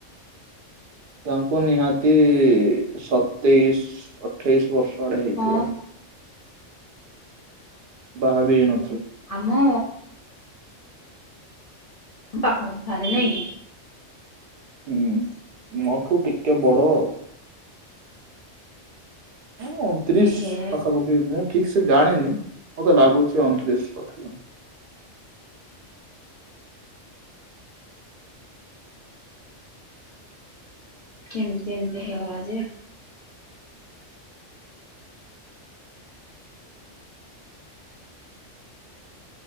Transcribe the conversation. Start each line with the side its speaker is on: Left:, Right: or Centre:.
Right: ତାଙ୍କୁ ନିହାତି ସତେଇଶ ଅଠେଇଶି ବର୍ଷ ଆଡେ ହେଇଥିବ।
Left: ହଁ।
Right: ବାହା ବି ହେଇ ନଥିଲା।
Left: ଆମ ପାଖା ପାଖି ତାହଲେ ନାଇଁ କି?
Right: ହୁଁ, ମୋ ଠୁ ଟିକେ ବଡ ଆଉ। ଊ ଅଣତିରିଶ
Left: ଏ ହେ
Right: ପାଖାପାଖି ମୁଁ ଠିକ ସେ ଜାଣିନି ମତେ ଲାଗୁଛି ଅଣତିରିଶ ବୋଧେ ଥିଲା।
Left: କେମତି ଏମିତି ହେଇଗଲା ଯେ? <inaudible>